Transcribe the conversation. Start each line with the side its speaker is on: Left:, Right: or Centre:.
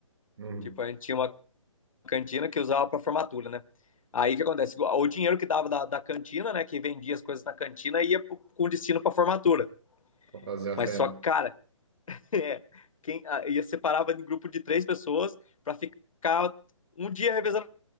Right: Hum,
Left: Tipo, a gente tinha uma cantina que usava pra formatura, né? Aí o que acontece? O dinheiro que dava da, da cantina, né, que vendia as coisas na cantina, ia pro- com destino pra formatura.
Right: pra fazer a
Left: Mas
Right: festa.
Left: só, que, cara, <laughs> é, quem, ah, ia separava em grupo de três pessoas pra ficar um dia revezando